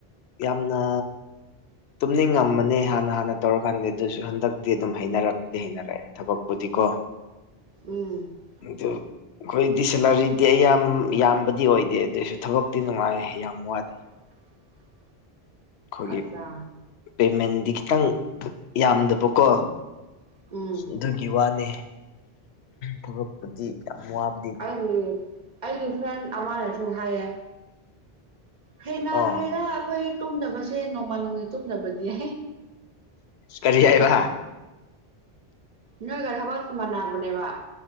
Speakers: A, on the left (about 85°); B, on the right (about 55°).
A: ꯌꯥꯝꯅ ꯇꯨꯝꯅꯤꯡꯉꯝꯃꯅꯦ ꯍꯥꯟꯅ ꯍꯥꯟꯅ ꯇꯧꯔꯀꯥꯟꯗ ꯑꯗꯨꯁꯨ ꯍꯟꯗꯛꯇꯤ ꯑꯗꯨꯝ ꯍꯩꯅꯔꯛꯄꯗꯤ ꯍꯩꯅꯔꯛꯑꯦ ꯊꯕꯛꯄꯨꯗꯤꯀꯣ
B: ꯎꯝ
A: ꯑꯗꯣ ꯑꯩꯈꯣꯏ ꯗꯤꯁꯦꯂꯔꯤꯗꯤ ꯑꯩ ꯌꯥꯝ ꯌꯥꯝꯕꯗꯤ ꯑꯣꯏꯗꯦ ꯑꯗꯨꯏꯁꯨ ꯊꯕꯛꯇꯤ ꯅꯨꯡꯉꯥꯏ ꯌꯥꯝ ꯋꯥꯗꯦ
B: <unintelligible> <unintelligible>
A: ꯈꯣꯏꯒꯤꯞ
B: ꯑꯠꯆꯥ
A: ꯄꯦꯃꯦꯟꯗꯤ ꯈꯤꯇꯪ ꯌꯥꯝꯗꯕꯀꯣ
B: ꯎꯝ
A: ꯑꯗꯨꯒꯤ ꯋꯥꯅꯦ ꯊꯕꯛꯄꯨꯗꯤ ꯌꯥꯝ ꯋꯥꯕ
B: ꯑꯩꯒꯤ ꯑꯩꯒꯤ ꯐ꯭ꯔꯦꯟ ꯑꯃꯅꯁꯨ ꯍꯥꯏꯌꯦ ꯍꯦꯟꯅꯈ꯭ꯔꯦꯔꯥ
A: ꯑꯣ
B: ꯑꯩꯈꯣꯏ ꯇꯨꯝꯅꯕꯁꯦ ꯅꯣꯡꯃ ꯅꯣꯡꯒꯤ ꯇꯨꯝꯗꯅꯕꯗꯤ
A: ꯀꯔꯤꯌꯥꯕ
B: ꯅꯣꯏꯒꯔ ꯍꯕ ꯁꯃꯅꯕꯅꯦꯕ